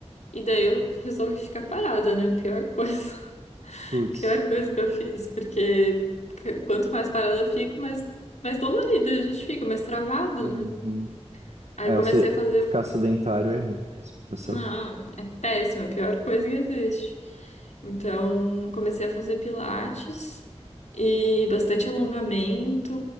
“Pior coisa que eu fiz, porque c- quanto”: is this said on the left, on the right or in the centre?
Left